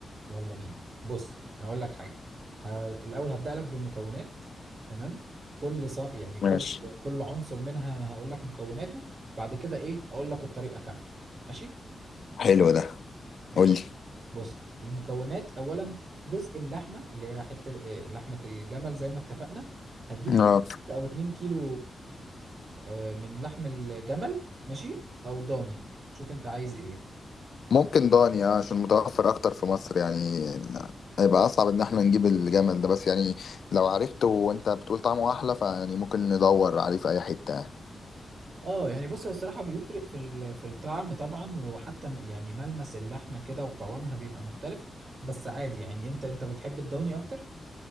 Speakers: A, on the right (about 55°); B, on the left (about 65°).
A: يلا بينا بص هقول لك حاجه ه... الاول هبدا لك بالمكونات تمام كل ص... يعني كل
B: ماشي
A: كل عنصر منها هقول لك مكوناته بعد كده ايه اقول لك الطريقه كامله ماشي
B: حلو ده
A: ماشي
B: قول لي
A: بص المكونات اولا جزء اللحمه اللي هي حته إيه، لحمه الجمل زي ما اتفقنا هتجيب
B: اه
A: كيلو او 2 كيلو آه، من لحم الجمل ماشي او ضاني شوف انت عايز ايه
B: ممكن داني آه، عشان متوفر اكتر في مصر يعني هيبقى اصعب ان احنا نجيب الجمل ده بس يعني لو عرفته وانت بتقول طعمه احلى فيعني ممكن ندور عليه في اي حته يعني
A: اه يعني بص هو الصراحه بيفرق في ال- في الطعم طبعا وحتى م- يعني ملمس اللحمه كده وقوامها بيبقى مختلف بس عادي يعني انت انت بتحب الضاني اكتر